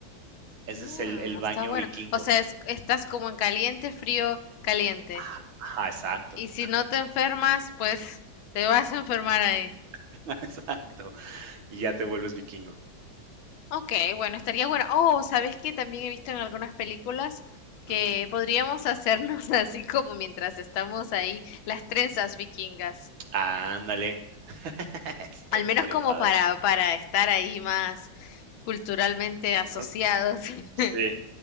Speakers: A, on the right (about 80°); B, on the left (about 85°).
A: Ese
B: Mm,
A: es el, el
B: está
A: baño
B: bueno.
A: vikingo.
B: O sea, es- estás como en caliente, frío, caliente.
A: Ajá, ajá, exacto.
B: Y si no te enfermas, pues te vas a enfermar ahí.
A: <laughs> Exacto. Y ya te vuelves vikingo.
B: Ok, bueno, estaría bueno. Oh, ¿sabes qué? También he visto en algunas películas que
A: Ujú.
B: podríamos hacernos <laughs> así como mientras estamos ahí, las trenzas vikingas.
A: Ándale. <laughs> Estaría,
B: Al menos
A: estaría
B: como
A: padre.
B: para, para estar ahí más culturalmente asociados.
A: Ah,
B: <laughs>
A: Sí,